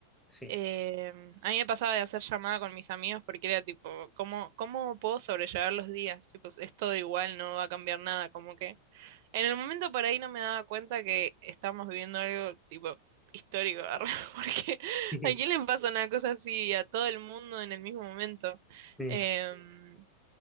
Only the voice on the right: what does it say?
Eh, a mí me pasaba de hacer llamada con mis amigos porque era tipo, ¿cómo, cómo puedo sobrellevar los días? Tipo, es todo igual, no va a cambiar nada, como que en el momento por ahí no me daba cuenta que estábamos viviendo algo tipo histórico, arre, <laughs> porque
¿a quién le pasa una cosa así a todo el mundo en el mismo momento?
Em,